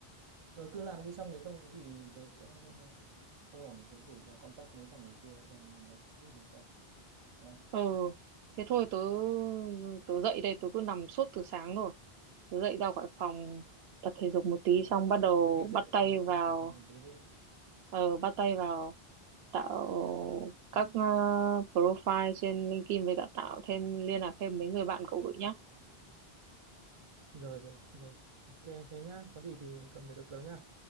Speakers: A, on the right; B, on the right.
A: Rồi cứ làm đi xong nếu không có gì tớ sẽ không không ổn tớ gửi cho contact mấy thằng ngày xưa rồi nó giúp được không nhá
B: ừ thế thôi tớ tớ dậy đây tớ cứ nằm suốt từ sáng rồi tớ dậy ra khỏi phòng tập thể dục một
A: ok
B: tí xong bắt đầu
A: ok dậy
B: bắt tay
A: dậy
B: vào
A: đi phải dùng một tí đi
B: ờ bắt tay vào tạo các
A: ừ.
B: ờ, profile trên LinkedIn với cả tạo thêm liên lạc thêm mấy người bạn cậu gửi nhá
A: rồi rồi rồi ok thế nhá có gì thì cập nhật được tới nhá